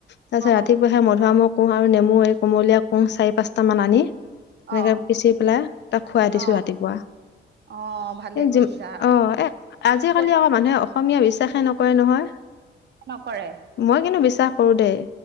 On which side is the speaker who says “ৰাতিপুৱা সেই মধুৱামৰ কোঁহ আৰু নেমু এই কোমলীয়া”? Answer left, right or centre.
Left